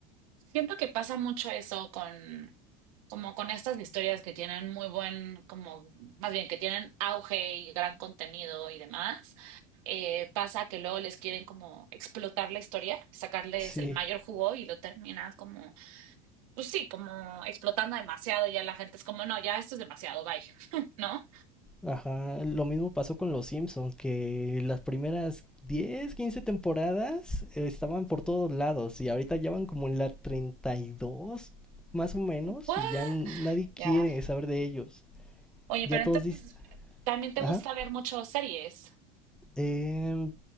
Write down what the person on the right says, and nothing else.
Siento que pasa mucho eso con, como con estas historias que tienen muy buen, como, más bien que tienen auge y gran contenido y demás. eh, pasa que luego les quieren como explotar la historia, sacarles
el mayor jugo y lo terminan como, pues sí, como explotando demasiado. y Ya la gente es como, no, ya esto es demasiado, bye, <laughs> ¿no?
Pues,
Ya.
Oye,
pero
entonces
también te
gusta ver muchas series.